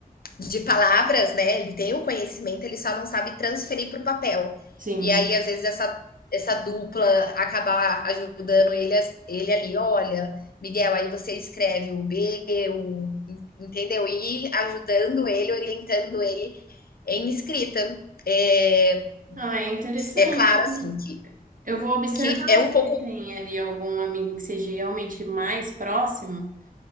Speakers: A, on the left; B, on the right.
A: de palavras, né? Ele tem o conhecimento, ele só não sabe transferir para o papel.
B: sim.
A: E aí,
B: sim.
A: às vezes, essa, essa dupla acabar ajudando ele, ele ali, olha, Miguel, aí você escreve o B, o, entendeu? E ajudando ele, orientando ele em escrita. É,
B: Ah, é interessante.
A: é claro, assim, que
B: Eu vou observar
A: que é um
B: se
A: pouco,
B: ele tem ali algum amigo que seja realmente mais próximo,